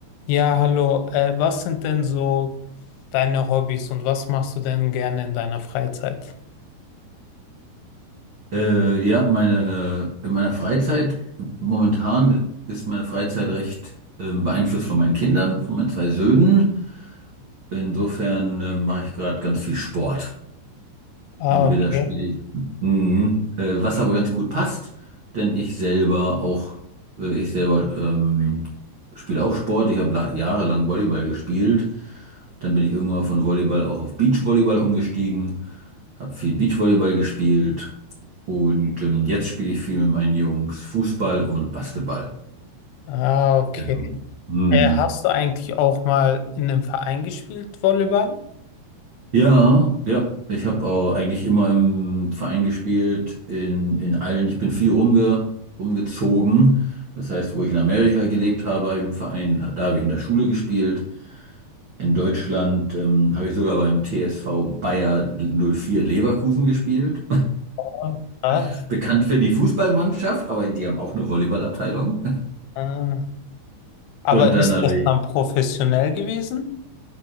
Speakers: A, on the left (about 85°); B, on the right (about 80°).
A: Ja, hallo. Äh, was sind denn so deine Hobbys und was machst du denn gerne in deiner Freizeit?
B: Äh, ja, meine, äh, in meiner Freizeit, momentan ist meine Freizeit recht ähm, beeinflusst von meinen Kindern, von meinen zwei Söhnen. Insofern äh, mache ich gerade ganz viel Sport.
A: Ah,
B: Entweder
A: okay.
B: spiele ich, mhm. Äh, was aber ganz gut passt, denn ich selber auch, äh, ich selber ähm, spiele auch Sport. Ich habe jahrelang Volleyball gespielt. Dann bin ich irgendwann von Volleyball auch auf Beachvolleyball umgestiegen, habe viel Beachvolleyball gespielt und ähm, jetzt spiele ich viel mit meinen Jungs Fußball und Basketball.
A: Ah, okay.
B: Genau. Mhm.
A: Äh, hast du eigentlich auch mal in einem Verein gespielt, Volleyball?
B: Ja, ja. Ich habe auch eigentlich immer im Verein gespielt, in, in allen. Ich bin viel rumge, rumgezogen. Das heißt, wo ich in Amerika gelebt habe, habe ich im Verein, da habe ich in der Schule gespielt. In Deutschland ähm, habe ich sogar beim TSV Bayer null vier Leverkusen gespielt.
A: Ah,
B: <laughs>
A: Was?
B: Bekannt für die Fußballmannschaft, aber die haben auch eine Volleyballabteilung.
A: Äh, aber
B: Und dann
A: ist
B: habe
A: das
B: ich
A: dann professionell gewesen?